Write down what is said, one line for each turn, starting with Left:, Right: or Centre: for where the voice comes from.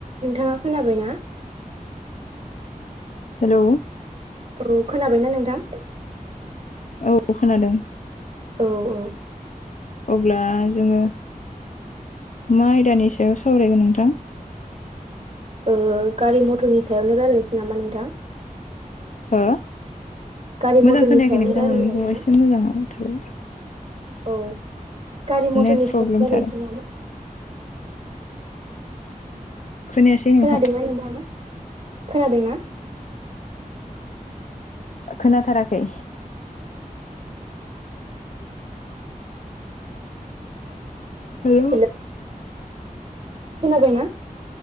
Right: नोंथाङा खोनाबायना
Left: हेलौ,
Right: औ खोनाबायना नोंथां
Left: औ खोनादों
Right: औ औ
Left: अब्ला जोङो मा आयदानि सायाव सावरायगोन नोंथां <inaudible>
Right: ओ गारि मथरनि सायावनो रायलायनोसै नामा नोंथां
Left: हो
Right: गारि
Left: मोजां
Right: मथरनि
Left: खोनायाखै
Right: सायावनो
Left: नोंथां
Right: रायलायजागोन
Left: नोंनिखौ
Right: ना
Left: एसे मोजाङाव थालाय
Right: औ गारि मथरनि
Left: नेट प्रब्लेमथार
Right: सायाव रालायनोसै नामा
Left: खोनायासै नोंथां
Right: खोनादों ना नोंथाङा खोनादोंना
Left: खोनाथाराखै हेलौ,
Right: हेल' खोनाबायना